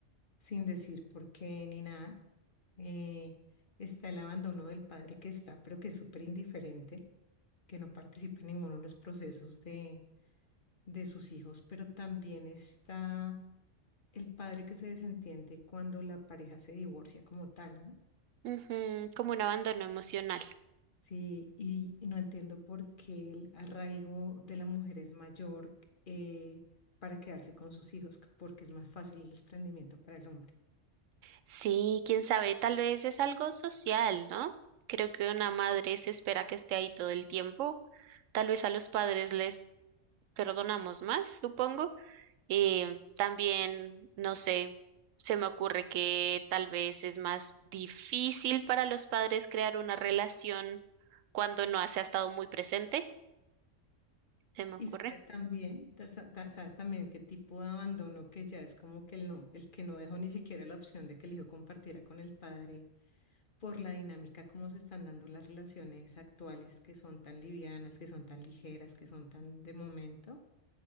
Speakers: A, on the left (about 45°); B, on the right (about 85°).
A: sin decir por qué ni nada. Eh, está el abandono del padre que está, pero que es súper indiferente, que no participa en ninguno de los procesos de, de sus hijos, pero también está el padre que se desentiende cuando la pareja se divorcia como tal, ¿no?
B: Ujú, como un abandono emocional.
A: Sí, y, y no entiendo por qué el arraigo de la mujer es mayor eh, para quedarse con sus hijos, porque es más fácil el desprendimiento para el hombre.
B: Sí, quién sabe, tal vez es algo social, ¿no? Creo que una madre se espera que esté ahí todo el tiempo. Tal vez a los padres les perdonamos más, supongo. Eh, también, no sé, se me ocurre que tal vez es más difícil para los padres crear una relación cuando no se ha estado muy presente, se me ocurre.
A: Y sabes también, ta- sa- ta- sabes también qué tipo de abandono que ya es como que el no, el que no dejó ni siquiera la opción de que el hijo compartiera con el padre por la dinámica como se están dando las relaciones actuales que son tan livianas, que son tan ligeras, que son tan de momento.